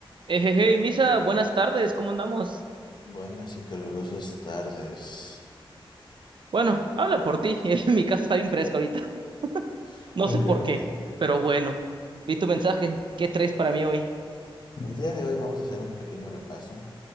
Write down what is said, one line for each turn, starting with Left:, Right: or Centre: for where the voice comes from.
Right: Eh, Hey, hey, Misa, buenas tardes, ¿cómo andamos?
Left: Buenas y calurosas tardes.
Right: Bueno, habla por ti, <laughs> eh, mi casa está bien fresca ahorita, <laughs>
Left: <laughs>
Right: no sé por
Left: Qué bien.
Right: qué, pero bueno, vi tu mensaje, ¿qué traes para mí hoy?
Left: El día de hoy vamos a hacer un pequeño repaso